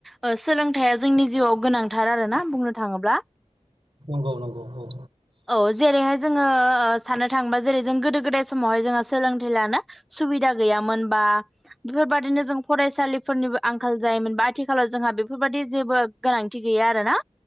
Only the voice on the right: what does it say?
नगौ नंगौ औ।